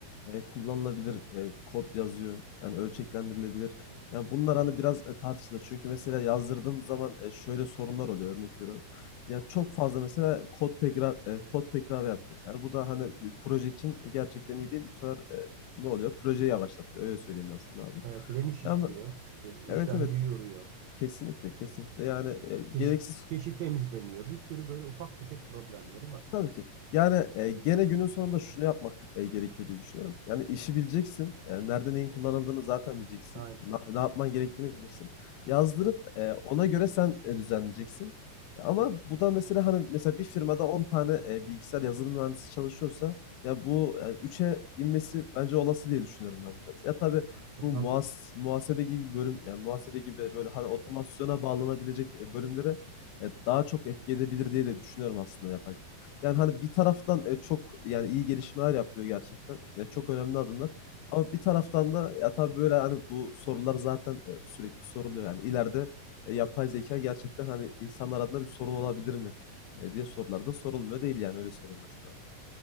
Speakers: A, on the left; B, on the right.
A: e, kullanılabilir e, kod yazıyor. Yani ölçeklendirilebilir. Yani bunlar hani biraz e, tartışılır. Çünkü mesela yazdırdığım zaman e, şöyle sorunlar oluyor örnek veriyorum. Yani çok fazla mesela kod tekrar e, kod tekrar yapıyor. Yani bu da hani bir proje için gerçekten iyi değil. Bu sefer e, ne oluyor? Projeyi yavaşlatıyor. Öyle söyleyeyim ben sana abi.
B: Evet, RAM'i şişiriyor,
A: Ya ama
B: e, işlemciyi
A: evet evet
B: yoruyor,
A: kesinlikle kesinlikle. Yani e, gereksiz
B: keşi, keşi temizlemiyor. Bir sürü böyle ufak tefek problemleri var.
A: Tabii ki. Yani, eee, gene günün sonunda şunu yapmak, eee, gerekiyor diye düşünüyorum. Yani, işi bileceksin, eee, nerede neyin kullanıldığını zaten bileceksin.
B: Aynen.
A: Na ne yapman gerektiğini bileceksin. Yazdırıp, eee, ona göre sen, eee, düzenleyeceksin. Ama bu da mesela, hani, mesela bir firmada 10 tane, eee, bilgisayar yazılım mühendisi çalışıyorsa ya, bu, eee, 3'e inmesi bence olası diye düşünüyorum ben biraz. Ya, tabii
B: E
A: bu
B: tabi.
A: muhas muhasebe gibi bir bölüm, yani, muhasebe gibi, böyle, hani, otomasyona bağlanabilecek, eee, bölümlere, eee, daha çok etki edebilir diye de düşünüyorum aslında yapay yani, hani, bir taraftan, eee, çok, yani, iyi gelişmeler yapılıyor gerçekten. Ya, çok önemli adımlar ama bir taraftan da ya, tabii, böyle, hani, bu sorular zaten, eee, sürekli soruluyor, yani, ileride, eee, yapay zeka gerçekten, hani, insanlar adına bir sorun olabilir mi, eee, diye sorular da sorulmuyor değil, yani, öyle söyleyeyim aslında